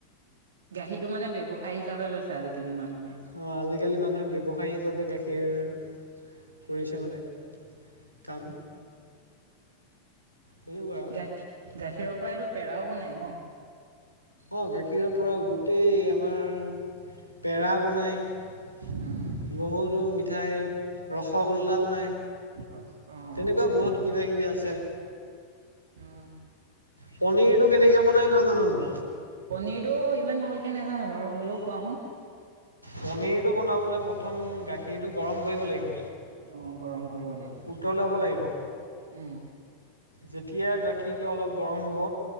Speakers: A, on the right; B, on the right.
A: গাখীৰটো মানে ব্যৱসায় হিচাপে লৈছে আজিকালি মানুহে
B: অঁ আজিকালি মানুহে ব্যৱসায় হিচাপে গাখীৰ কৰিছে মানে কাম তেনেকুৱা
A: গাখীৰ গাখীৰৰ পৰা এইটো পেৰাও বনাই ন
B: অঁ গাখীৰৰ পৰা গোটেই আমাৰ পেৰা বনায়
A: উম,
B: বহুতো মিঠাই ৰসগোল্লা বনায়
A: অ', ৰসগোল্লা
B: তেনেকুৱা বহুত কিবা কিবি আছে
A: উম,
B: পনীৰটো কেনেকৈ বনায় তই জানানে
A: পনিৰটো ইমান ভালকে নোজানো বাৰু হ'লেও কোৱা শুোন
B: পনীৰটো বনাবলৈ প্ৰথম গাখীৰটো গৰম কৰিব লাগিব
A: অ গৰম কৰিব লাগিব
B: উত্তৰ ল'াব লাগিব
A: উম
B: যেতিয়া গাখীৰটো অলপ গৰম হ'ব